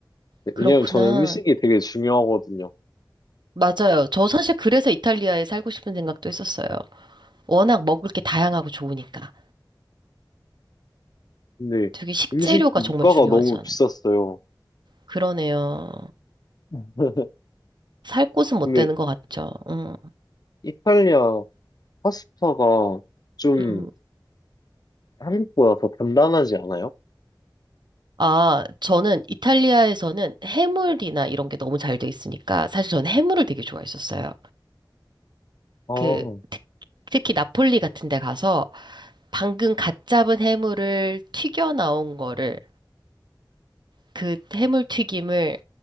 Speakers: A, on the left; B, on the right.
A: 네,
B: 그렇구나.
A: 왜냐면 저는 음식이 되게 중요하거든요.
B: 맞아요. 저 사실 그래서 이탈리아에 살고 싶은 생각도 했었어요. 워낙 먹을 게 다양하고 좋으니까.
A: 근데
B: 되게 식재료가
A: 음식 물가가
B: 정말 중요하잖아요.
A: 너무 비쌌어요.
B: 그러네요.
A: 음.
B: 살 곳은 못
A: 근데
B: 되는 것 같죠. 음,
A: 이탈리아 파스타가 좀
B: 음.
A: 한국보다 더 단단하지 않아요?
B: 아, 저는 이탈리아에서는 해물이나 이런 게 너무 잘 돼 있으니까 사실 저는 해물을 되게 좋아했었어요.
A: 아,
B: 그, 특- 특히 나폴리 같은 데 가서 방금 갓 잡은 해물을 튀겨 나온 거를 그 해물 튀김을